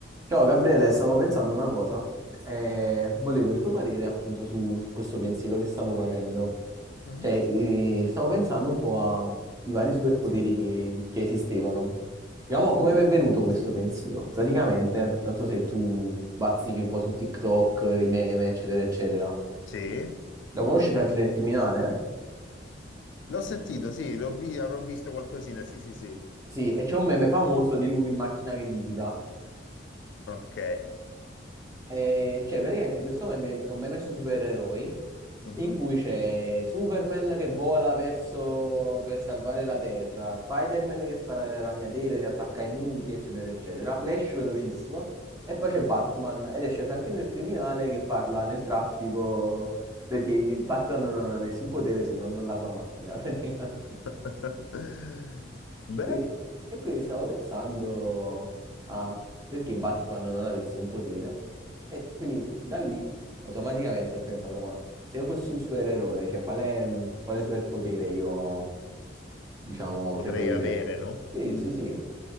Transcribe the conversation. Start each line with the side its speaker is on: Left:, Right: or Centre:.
Right: Ciao Gabriele, stavo pensando una cosa e volevo il tuo parere appunto su, su questo pensiero che stavo facendo.
Left: Mm.
Right: Cioè, eh, stavo pensando un po' ai vari superpoteri che, che esistevano. Diciamo, come
Left: Mm.
Right: mi è venuto questo pensiero? Praticamente, non so se tu bazzichi un po' su TikTok, i meme, eccetera, eccetera.
Left: Sì,
Right: Lo conosci Franchino il criminale?
Left: l'ho sentito, sì, l'ho vi- avrò visto qualcosina, sì, sì, sì.
Right: Sì, e c'è un meme famoso di lui in macchina che litiga.
Left: Ok.
Right: Eh, cioè, praticamente questo meme è un meme sui supereroi
Left: Mhm.
Right: in cui c'è Superman che vola verso per salvare la Terra, Spider-Man che spara le ragnatele, si attacca ai muri, eccetera, eccetera, Flash velocissimo e poi c'è Batman ed esce Franklin il criminale che parla nel traffico perché il Batman non ha nessun potere se non la sua macchina, <laughs> praticamente.
Left: <laughs> Beh,
Right: Quindi- e quindi stavo pensando a perché Batman non avesse un potere e quindi da lì automaticamente ho pensato, ma se io fossi un supereroe, cioè quale, quale superpotere io, diciamo,
Left: potrei
Right: preferirei?
Left: avere, no?
Right: Sì,
Left: Mm.
Right: sì, sì,